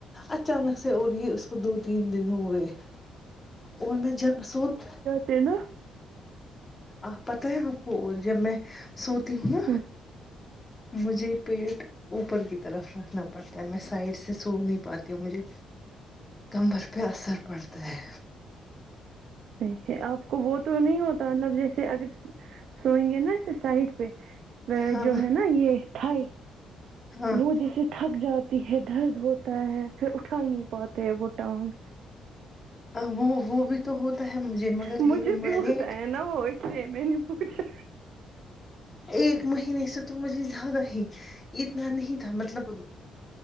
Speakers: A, on the left (about 25°); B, on the right (about 70°).
A: اچانک سے اور رہی اس کو دو تین دن ہو ئے اور میں جب سوت
B: تے نا
A: آپ پتہ ہے آپ کو اور جب میں سوتی ہوں نا
B: ہوں
A: مجھے پیٹ اوپر کی طرف رکھنا پڑتا ہے میں سائڈ سے سو نہیں پاتی ہوں مجھے کمبر پہ اثر پڑتا ہے
B: صحیح ہے ا آپ کو وہ تو نہیں ہوت مطلب جیسے اگر سوئیں گے نا ایسے سائڈ پہ
A: ہاں
B: جو ہے نا یہ تھائی
A: ہاں
B: وہ جیسے تھک جاتی ہے درد ہوتا ہے پھر اٹھا ہی نہیں پاتے ہیں وہ ٹانگ
A: وہ وہ بھی تو ہوتا ہے مجھے مگر
B: مجھے
A: یہ میں
B: بھی ہوتا
A: نے
B: ہے نا وہ اس لیے میں نے پوچھا
A: ایک مہینے سے تو مجھے زیادہ ہی اتنا نہیں تھا مطلب